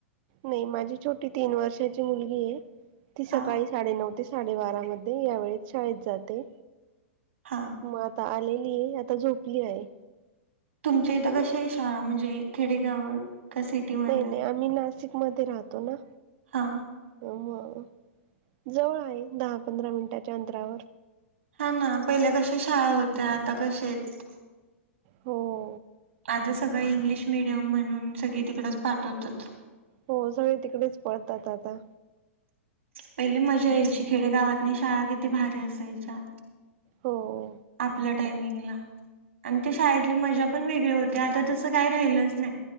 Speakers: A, on the right (about 50°); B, on the right (about 70°).
A: नाही माझी छोटी तीन वर्षाची मुलगी आहे. ती सकाळी
B: हा
A: साडेनऊ ते साडेबारा मध्ये यावेेळेत शाळेत जाते.
B: हा.
A: म आता आलेली आहे आता झोपली आहे.
B: तुमच्या इथं कशी आहे शाळा म्हणजे खेडेगाव का सिटीमध्ये
A: नाही नाही आम्ही नाशिक मध्ये राहतो ना.
B: हा.
A: हो म जवळ आहे दहा पंधरा मिनिटाच्या अंतरावर.
B: हा ना पहिल्या कश्या शाळा होत्या आता कशे आहेत.
A: हो.
B: आता सगळं इंग्लिश मिडियम म्हणून सगळी तिकडच पाठवतात.
A: हो सगळे तिकडेच पडतात आता.
B: पहिली मज्जा येयची खेडेगावातनी शाळा किती भारी असायचा.
A: हो.
B: आपल्या टायमिंगला. आणि ते शाळेतली मजा पण वेगळे होती आता तसं काही राहिलंच नाही.